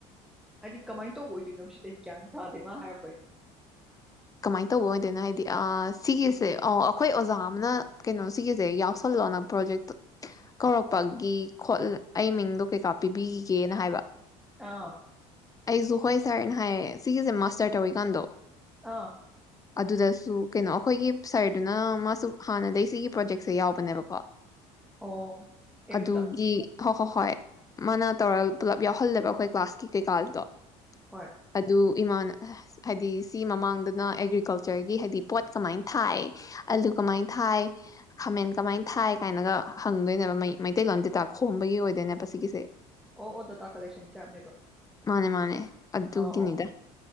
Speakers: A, in the centre; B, on the left.
A: ꯍꯥꯏꯗꯤ ꯀꯃꯥꯏ ꯇꯧꯕ ꯑꯣꯏꯗꯣꯏꯅꯣ ꯁꯤꯁꯦ ꯒ꯭ꯌꯥꯟ ꯑꯃ ꯇꯗꯦ ꯃꯥꯅ ꯍꯥꯏꯔꯛꯁꯦ
B: ꯀꯃꯥꯏ ꯇꯧꯕ ꯑꯣꯏꯗꯣꯏꯅꯣ ꯍꯥꯏꯗꯤ ꯑ ꯁꯤꯒꯤꯁꯦ ꯑꯣ ꯑꯩꯈꯣꯏ ꯑꯣꯖꯥ ꯑꯃꯅ ꯀꯩꯅꯣ ꯁꯤꯒꯤꯁꯦ ꯌꯥꯎꯁꯟꯂꯣꯅ ꯄꯔꯣꯖꯦꯛ ꯀꯧꯔꯛ <inaudible> ꯑꯩ ꯃꯤꯡꯗꯨ ꯀꯩꯐꯥꯄꯤꯕꯤꯒꯦꯅ ꯍꯥꯏꯕ
A: ꯑꯥ
B: ꯑꯩꯁꯨ ꯍꯣꯏ ꯁꯥꯔꯅ ꯍꯥꯏꯔꯦ ꯁꯤꯒꯤꯁꯦ ꯃꯁꯇꯔ ꯇꯧꯔꯤ ꯀꯥꯟꯗꯨ
A: ꯑ
B: ꯑꯗꯨꯗꯁꯨ ꯀꯩꯅꯣ ꯑꯩꯈꯣꯏꯒꯤ ꯁꯥꯔꯗꯨꯅ ꯃꯥꯁꯨ ꯍꯥꯟꯅꯗꯩ ꯁꯤꯒꯤ ꯄꯔꯣꯖꯦꯛꯁꯦ ꯌꯥꯎꯕꯅꯦꯕꯀꯣ
A: ꯑꯣ ꯑꯦꯝ
B: ꯑꯗꯨꯒꯤ
A: ꯃꯌꯨꯗ
B: ꯍꯣꯏ ꯍꯣꯏ ꯍꯣꯏ ꯃꯥꯟꯅ ꯇꯧꯔ ꯄꯨꯜꯂꯞ ꯌꯥꯎ ꯍꯜꯂꯦꯕ ꯑꯩꯈꯣꯏ ꯀꯂꯥꯁ ꯀꯤ ꯀꯩꯀꯥ <inaudible>
A: ꯍꯣꯏ
B: ꯑꯗꯨ ꯏꯃꯥꯟ ꯑꯁ ꯍꯥꯏꯗꯤ ꯁꯤ ꯃꯃꯥꯡꯗꯅ ꯑꯦꯒꯔꯤꯀꯜꯆꯔꯒꯤ ꯍꯥꯏꯗꯤ ꯄꯣꯠ ꯀꯃꯥꯏ ꯊꯥꯏ ꯑꯂꯨ ꯀꯃꯥꯏ ꯊꯥꯏ ꯈꯥꯃꯦꯟ ꯀꯃꯥꯏ ꯊꯥꯏ ꯀꯥꯏꯅꯒ ꯍꯪꯗꯣꯏꯅꯦꯕ ꯃꯩꯇꯩꯂꯣꯟꯗ ꯇꯥꯛꯁ ꯈꯣꯝꯕꯩ ꯑꯣꯏꯗꯣꯏꯅꯦꯕ ꯁꯤꯁꯦ
A: ꯑꯣ ꯑꯣ ꯗꯥꯇꯥ ꯀꯜꯂꯦꯛꯁꯟꯒꯤ ꯇꯥꯏꯞꯅꯦꯕ
B: ꯃꯥꯟꯅꯦ ꯃꯥꯟꯅꯦ ꯑꯗꯨꯒꯤꯅꯤꯗ
A: ꯑꯣ ꯑꯣ